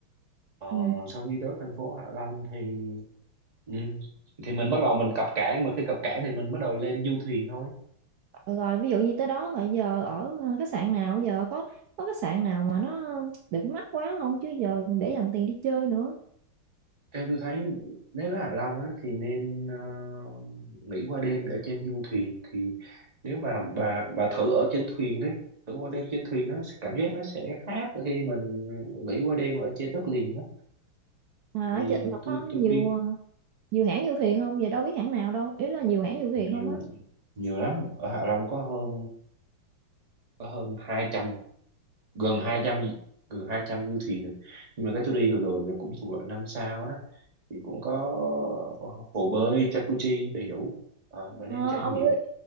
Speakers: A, on the right (about 25°); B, on the right (about 85°).
A: Ờ,
B: ừ.
A: sau khi tới thành phố Hạ Long thì ừ, thì mình bắt đầu mình cập cảng mà khi cập cảng thì mình bắt đầu lên du thuyền thôi
B: rồi ví dụ như tới đó rồi giờ ở ờ, khách sạn nào giờ có có khách sạn nào mà nó đừng mắc quá không chứ giờ để dành tiền đi chơi nữa
A: theo tôi thấy nếu ở Hạ Long á, thì nên ờ, nghỉ qua đêm ở trên du thuyền thì nếu mà bà bà thử ở trên thuyền đấy thử qua đêm trên thuyền nó sẽ- cảm giác nó sẽ khác khi mình nghỉ qua đêm ở trên đất liền đó
B: mà
A: thì
B: ở trên mà
A: tôi
B: có nhiều
A: tôi khuyên
B: ờ, nhiều hãng du thuyền không giờ đâu biết hãng nào đâu ý là nhiều hãng du thuyền
A: nhiều
B: không á
A: nhiều lắm ở Hạ Long có hơn có hơn hai trăm gần hai trăm gần 200 du thuyền nữa nhưng mà cái tôi đi hồi rồi là cũng thuộc loại năm sao đó thì cũng có ờ, hồ bơi jacuzzi đầy đủ Ờ, bạn
B: ờ,
A: nên trải
B: ông
A: nghiệm
B: ơi,